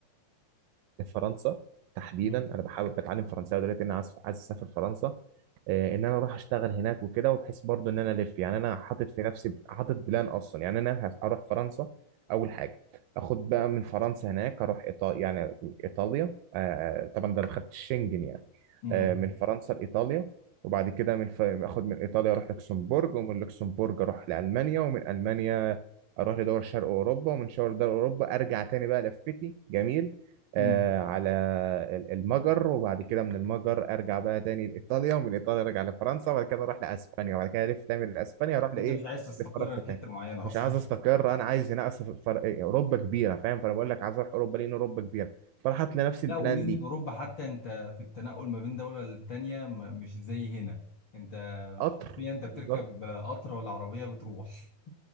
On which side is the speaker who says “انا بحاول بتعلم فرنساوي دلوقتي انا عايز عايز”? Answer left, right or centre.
Right